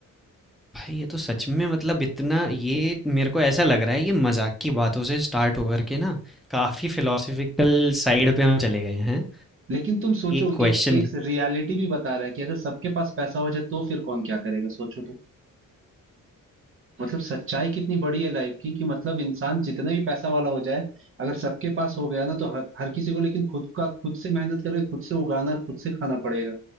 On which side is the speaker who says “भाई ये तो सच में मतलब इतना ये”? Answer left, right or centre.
Centre